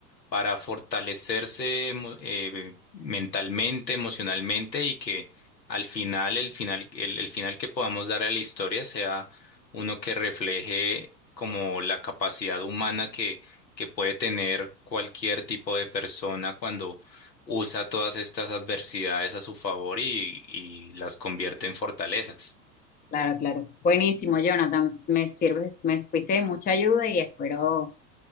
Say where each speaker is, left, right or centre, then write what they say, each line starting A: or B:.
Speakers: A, on the left (about 80°); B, on the left (about 20°).
A: para fortalecerse emo- eh, mentalmente, emocionalmente y que al final, el final, el, el final que podamos dar a la historia sea uno que refleje como la capacidad humana que, que puede tener cualquier tipo de persona cuando usa todas estas adversidades a su favor y, y las convierte en fortalezas.
B: Claro, claro. Buenísimo, Jonathan. Me sirves, me fuiste de mucha ayuda y espero